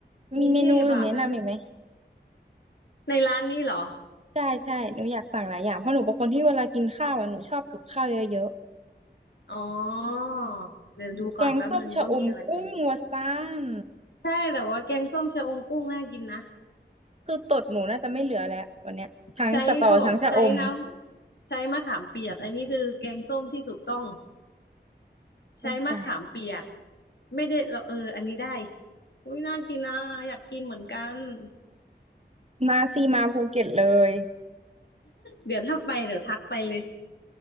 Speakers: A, on the left; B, on the right.
A: กรุงเทพอ่ะมัน
B: มีเมนูอื่นแนะนำอีกไหม
A: ในร้านนี้เหรอ
B: ใช่ใช่หนูอยากสั่งหลายอย่างเพราะหนูเป็นคนที่เวลากินข้าวอ่ะหนูชอบกับข้าวเยอะ
A: อ๋อเดี๋ยวดูก่อนแป๊บนึงว่ามีอะไรกิน
B: แกงส้มชะอมกุ้งวะซ่าน
A: ใช่แต่ว่าแกงส้มชะอมกุ้งน่ากินนะ
B: คือตดหนูน่าจะไม่เหลือแล้ววันเนี้ยทั้งสตอทั้งชะอม
A: ใช้เขาบอกใช้น้ำใช้มะขามเปียกอันนี้คือแกงส้มที่ถูกต้องใช้มะขามเปียก
B: โอ้ยตาย
A: ไม่ได้เราเอออันนี้ได้อุ้ยน่ากินนะอยากกินเหมือนกัน <laughs>
B: มาซีมาภูเก็ตเลย
A: เดี๋ยวถ้าไปเดี๋ยวทักไปเลย